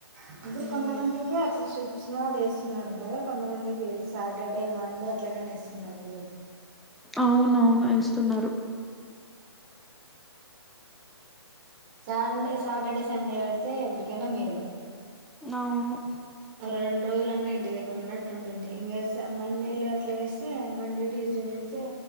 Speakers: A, on the right; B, in the centre.
A: ఇప్పుడు
B: మ్మ్
A: కొంతమందికి అట్ల చెప్ అది వేస్తున్నారండి కదా కొంతమందికి సాటర్డే మండే అట్లగానే వేస్తున్నరంట కదా
B: అవును అవును వేస్తున్నారు
A: కావాలంటే సాటర్డే సండే ఎడితే ఎప్పుటికనా మేల
B: అవును
A: ఒక రెండు రోజులన్న ఇంటి దగ్గర ఉన్నట్టు ఉంటుంది ఇంకా మండేలు అట్లా వస్తే మండే యూజువల్ వేస్తే